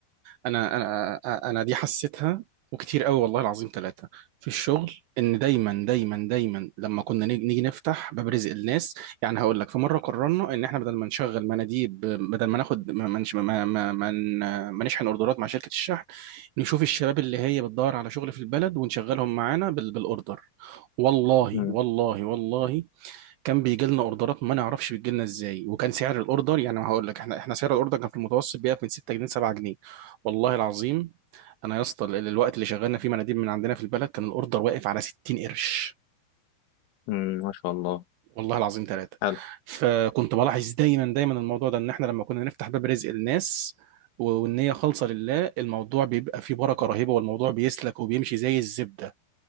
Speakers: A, on the right; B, on the left.
A: انا انا انا دي حسيتها وكتير قوي والله العظيم ثلاثة في الشغل ان دايما دايما دايما لما كنا نيجي نيجي نفتح باب رزق الناس يعني هقول لك في مرة قررنا ان احنا بدل ما نشغل مناديب بدل ما ناخد ما ما ما ما, ما ن- ما نشحن اوردرات مع شركة الشحن نشوف الشباب اللي هي بتدور على شغل في البلد ونشغلهم معانا بال- بالاوردر والله
B: مم.
A: والله والله كان بيجي لنا اوردرات ما نعرفش بتجي لنا ازاي وكان سعر الاوردر يعني هقول لك احنا احنا سعر الاوردر كان في المتوسط بيقف من 6 جنيه 7 جنيه والله العظيم انا يا اسطى ال- الوقت اللي شغلنا فيه مناديب من عندنا في البلد كان الاوردر واقف على 60 قرش
B: مم. ما شاء الله
A: والله العظيم ثلاثة
B: حلو
A: فكنت بلاحظ دايما دايما الموضوع ده ان احنا لما كنا نفتح باب رزق الناس و- والنية خالصة لله الموضوع بيبقى فيه بركة رهيبة والموضوع بيسلك وبيمشي زي الزبدة